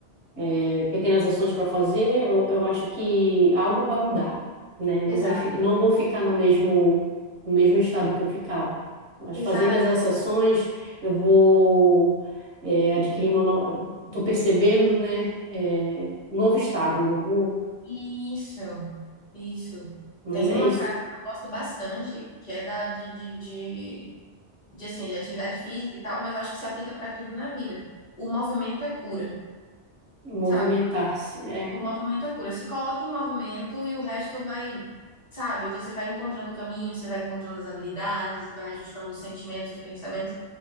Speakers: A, on the right; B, on the left.
A: é, pequenas ações para fazer, eu, eu acho que algo vai mudar, né? Não
B: Exato.
A: vai, fi- não vou ficar no mesmo, no mesmo estado que eu ficava. Mas
B: Exato.
A: fazendo essas ações, eu vou é, adquirir uma nova. Estou percebendo, né? é, um novo estado, um novo...
B: Isso, isso.
A: mas
B: Tem
A: é
B: uma
A: isso.
B: frase que eu gosto bastante, que é da de, de, de, de, assim, de atividade física e tal, mas eu acho que se aplica para tudo na vida. O movimento é cura,
A: Movimentar-se,
B: sabe?
A: né?
B: O movimento é cura. Se coloca em movimento e o resto vai, sabe? Você vai encontrando caminho, você vai encontrando as habilidades, vai ajustando os sentimentos, os pensamentos.